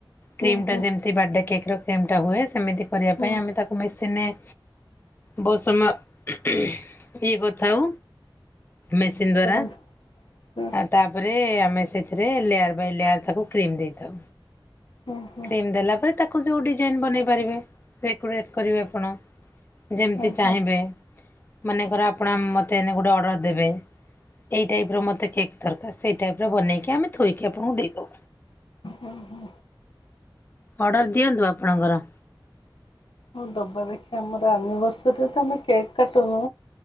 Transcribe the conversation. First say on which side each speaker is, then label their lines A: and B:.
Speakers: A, on the left; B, on the left.
A: ହୁଁ
B: କ୍ରିମ
A: ହୁଁ
B: ଟା ଯେମିତି ବାର୍ଥଡେ କେକ୍ ର କ୍ରିମ ଟା ହୁଏ ସେମିତି କରିବା
A: ହୁଁ
B: ପାଇଁ ଆମେ ତାକୁ ମେସିନେରେ ବହୁତ ସମୟ ହୁଁ ହୁଁ ଇଏ କରିଥାଉ। ମେସିନ୍ ଦ୍ଵାରା,
A: କରନ୍ତୁ ହୁଁ
B: ଆଉ ତାପରେ ଆ ସେଥିରେ ଲେୟାର ବାଇ ଲେୟାର ତାକୁ କ୍ରୀମ ଦେଇଥାଉ,
A: ହୁଁ ହୁଁ
B: କ୍ରିମ ଦେଲା ପରେ ତା ତାକୁ ଯୋଉ ଡିଜାଇନ ବନେଇ ପାରିବେ ଡେକୋରେଟ କରିବେ ଆପଣ। ଯେମିତି
A: ହଁ
B: ଚାହିଁବେ
A: ହଁ
B: ମନେକର ଆପଣ ମୋତେ ଏନ ଗୋଟେ ଅର୍ଡ଼ର ଦେବେ ଏଇ ଟାଇପ ର ମତେ କେକ୍ ଦରକାର, ସେଇ ଟାଇପ ର ବନେଇକି ଆମେ ଥୋଇକି ଆପଣଙ୍କୁ ଦେଇଦବୁ।
A: ହଁ ହଁ
B: ଅର୍ଡର ଦିଅନ୍ତୁ ଆପଣଙ୍କର।
A: ହଁ ଦବା ଦେଖିବା ଆମର ଆନିଭର୍ସରୀରେ ତ ଆମେ କେକ୍ କାଟୁନୁ।